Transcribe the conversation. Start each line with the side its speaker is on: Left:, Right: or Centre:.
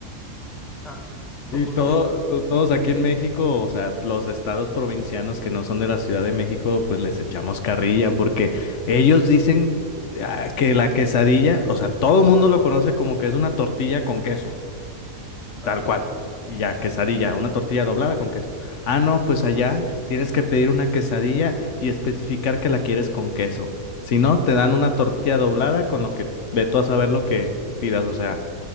Centre: Ah, Mamoncitos.
Left: Y todo, to- todos aquí en México, o sea, los estados provincianos que no son de la Ciudad de México, pues les echamos carrilla porque ellos dicen ah, que la quesadilla, o sea, todo el mundo lo conoce como que es una tortilla con queso.
Centre: Ajá.
Left: Tal cual. Y ya, quesadilla, una tortilla doblada con queso. Ah, no, pues allá tienes que pedir una quesadilla y especificar que la quieres con queso. Si no, te dan una tortilla doblada con lo que ve tú a saber lo que pidas. O sea,